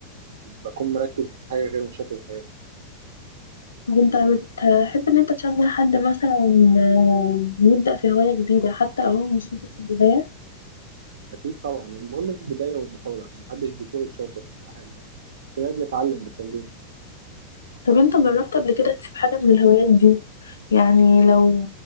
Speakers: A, on the right; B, on the left.
A: بكون مركز في حاجه غير مشاكل الحياه
B: طب أنت بتحب إن أنت تشجع حد مثلا آه، يبدأ في هواية جديدة حتى لو هو مش شاطر في البداية
A: اكيد طبعا المهم البدايه والمحاوله يعني محدش بيتولد شاطر في حاجه يعني كلنا بنتعلم بالتمرين
B: طب أنت جربت قبل كده تسيب حاجة من الهوايات دي يعني لو